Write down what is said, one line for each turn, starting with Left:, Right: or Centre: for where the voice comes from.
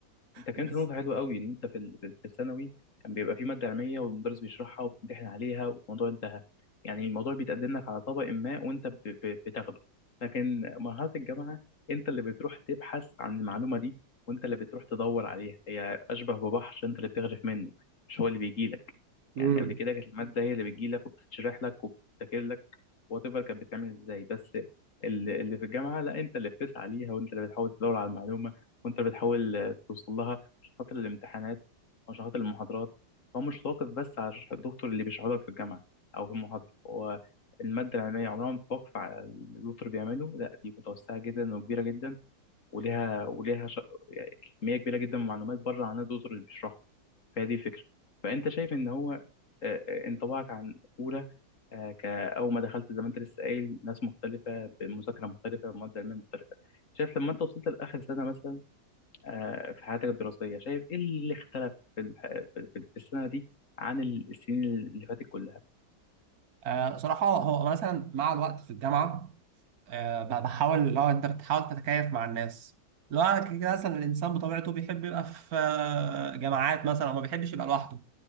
Left: انت كانت
Right: بس
Left: نقطة حلوة قوي ان انت في ال- في في الثانوي كان بيبقى في مادة علمية والمدرس بيشرحها وبتمتحن عليها والموضوع انتهى يعني الموضوع بيتقدم لك على طبق ما وانت ب- ب- بتاخده لكن مرحلة الجامعة انت اللي بتروح تبحث عن المعلومة دي وانت اللي بتروح تدور عليها هي اشبه ببحر انت اللي بتغرف منه مش هو اللي بيجي لك
Right: امم
Left: يعني قبل كده كانت المادة هي اللي بتجي لك وبتتشرح لك وبتذاكر لك وات ايفر كانت بتعمل ازاي بس ال- اللي في الجامعة لا انت اللي بتسعى ليها وانت اللي بتحاول تدور على المعلومة وانت بتحاول توصل لها عشان خاطر الامتحانات او عشان خاطر المحاضرات هو مش واقف بس على شرح الدكتور اللي بيشرحه لك في الجامعة أو في المحاضرة هو المادة العلمية عمرها ما بتتوقف على اللي الدكتور بيعمله لا دي متوسعة جدا وكبيرة جدا وليها وليها ش... يعني كمية كبيرة جدا من المعلومات بره عن الدكتور اللي بيشرحه فهي دي الفكرة فأنت شايف إن هو آه، آه، انطباعك عن أولى آه، كأول ما دخلت زي ما أنت لسه قايل ناس مختلفة بمذاكرة مختلفة بمادة علمية مختلفة شايف لما أنت وصلت لآخر سنة مثلا آه، في حياتك الدراسية شايف إيه اللي اختلف في الح- في في السنة دي عن السنين اللي فاتت كلها
Right: آه، صراحه هو مثلا مع الوقت في الجامعه آه، ب- بحاول اللي هو انت بتحاول تتكيف مع الناس لو أنا كده كده مثلا الانسان بطبيعته بيحب يبقى في آه، جماعات مثلا وما بيحبش يبقى لوحده